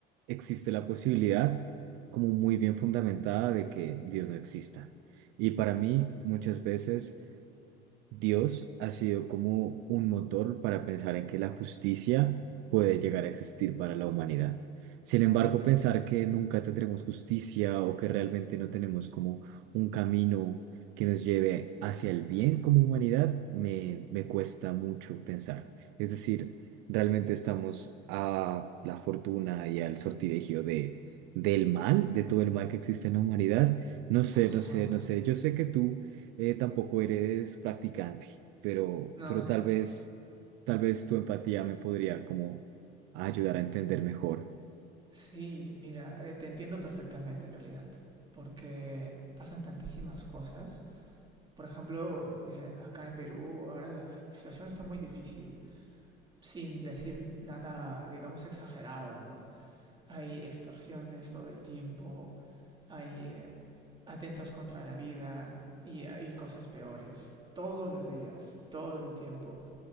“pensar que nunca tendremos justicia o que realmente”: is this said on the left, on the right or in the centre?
Right